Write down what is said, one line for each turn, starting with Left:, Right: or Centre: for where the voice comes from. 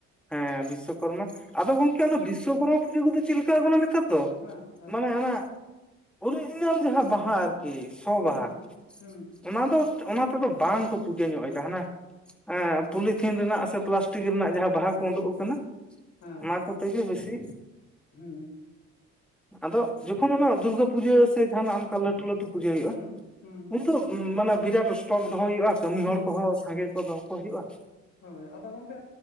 Centre: ᱦᱮᱸ, ᱵᱤᱥᱥᱚᱠᱚᱨᱢᱟ ᱟᱫᱚ ᱜᱚᱢᱠᱮ ᱚᱱᱟ ᱵᱤᱥᱥᱚᱠᱚᱨᱢᱟ ᱯᱩᱡᱟᱹ ᱠᱚ ᱫᱚ ᱪᱮᱫ ᱞᱮᱠᱟ ᱠᱟᱱᱟ ᱱᱮᱛᱟᱨ? ᱛᱚ,
Left: ᱦᱮᱸ ᱦᱮᱸ
Centre: ᱢᱟᱱᱮ ᱚᱱᱟ ᱚᱨᱤᱡᱤᱱᱟᱞ ᱡᱟᱦᱟᱸ ᱵᱟᱦᱟ ᱠᱤ ᱥᱚ
Left: ᱦᱩᱸ
Centre: ᱵᱟᱦᱟ
Left: ᱦᱩᱸ ᱦᱩᱸ
Centre: ᱚᱱᱟ ᱫᱚ ᱚᱱᱟ ᱛᱮ ᱫᱚ ᱵᱟᱝ ᱠᱚ ᱯᱩᱡᱟᱹ ᱧᱚᱜᱼᱟ, ᱦᱟᱱᱟ ᱯᱚᱞᱤᱛᱷᱤᱱ ᱨᱮᱱᱟᱜ ᱥᱮ ᱨᱮᱱᱟᱜ
Left: ᱦᱳᱭ
Centre: ᱡᱟᱦᱟᱸ
Left: ᱦᱳᱭ ᱦᱳᱭ
Centre: ᱠᱚ ᱩᱰᱩᱠ
Left: ᱦᱳᱭ
Centre: ᱟᱠᱟᱱᱟ ᱾
Left: ᱦᱮᱸ
Centre: ᱚᱱᱟ ᱠᱚ ᱛᱮᱜᱮ ᱵᱮᱥᱤ,
Left: ᱦᱩᱸ,
Centre: ᱟᱫᱚ ᱡᱚᱠᱷᱚᱱ ᱚᱱᱟ ᱫᱩᱨᱜᱟᱹ ᱯᱩᱡᱟᱹ ᱥᱮ ᱡᱟᱦᱟᱱᱟᱜ ᱚᱝᱠᱟ ᱞᱟᱹᱴᱩ ᱞᱟᱹᱴᱩ ᱯᱩᱡᱟᱹ ᱦᱩᱭᱩᱜᱼᱟ
Left: ᱦᱩᱸ ᱦᱩᱸ
Centre: ᱩᱱ ᱢᱟᱱᱮ ᱵᱤᱨᱟᱴ ᱥᱴᱚᱠ ᱫᱚᱦᱚ ᱦᱩᱭᱩᱜᱼᱟ ᱠᱟᱹᱢᱤ
Left: ᱦᱩᱸ
Centre: ᱦᱚᱲ ᱠᱚᱦᱚᱸ
Left: ᱦᱩᱸ
Centre: ᱥᱟᱸᱜᱮ ᱠᱚ ᱫᱚ ᱦᱚ ᱠᱚ ᱦᱩᱭᱩᱜᱼᱟ ᱾
Left: ᱦᱳᱭ ᱟᱫᱚ ᱜᱚᱢᱠᱮ